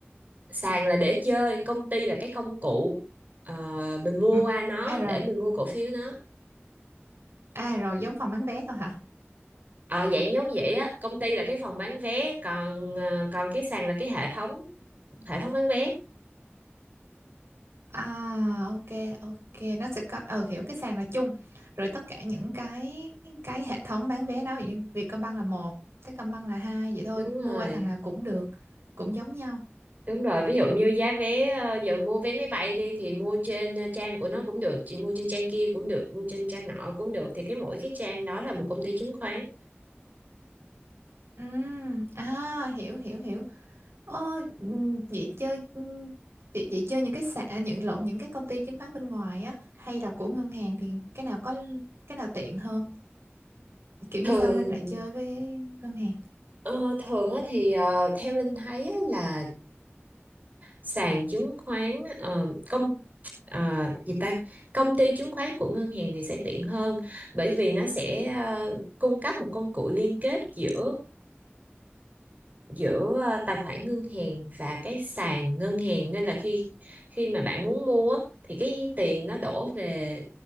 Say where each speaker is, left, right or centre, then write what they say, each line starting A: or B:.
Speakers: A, on the right (about 40°); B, on the right (about 75°).
A: sàn là để chơi công ty là cái công cụ ờ, mình mua
B: Ừ.
A: qua nó
B: À rồi,
A: để mình mua cổ phiếu nó
B: à rồi giống phòng bán vé thôi hả?
A: ờ, dạng giống vậy á công ty là cái phòng bán vé còn ờ, còn cái sàn là cái hệ thống hệ thống bán vé
B: À ok ok nó sẽ có ờ hiểu cái sàn là chung rồi tất cả những cái cái hệ thống bán vé đó ví dụ như Vietcombank là một, Techcombank là hai vậy thôi
A: Đúng rồi,
B: mua qua thằng nào cũng được cũng giống nhau.
A: đúng rồi. Ví dụ như giá vé ờ, giờ mua vé máy bay đi thì mua trên ờ, trang của nó cũng được, chị mua trên trang kia cũng được, mua trên trang nọ cũng được. Thì cái mỗi cái trang đó là một công ty chứng khoán.
B: Ừ, à hiểu hiểu hiểu Ôi, ừm, vậy chơi ừm, vậy, vậy chơi những cái sàn à, nhận lộn những cái công ty chứng khoán bên ngoài á hay là của ngân hàng thì cái nào có cái nào tiện hơn? Kiểu
A: Thường
B: như sao Linh lại chơi với ngân hàng?
A: ờ, thường á thì ờ, theo Linh thấy á là sàn chứng khoán ờ, công ờ, gì ta công ty chứng khoán của ngân hàng thì sẽ tiện hơn bởi vì nó sẽ ờ, cung cấp một công cụ liên kết giữa giữa ờ, tài khoản ngân hàng và cái sàn ngân hàng nên là khi khi mà bạn muốn mua á, thì cái tiền nó đổ về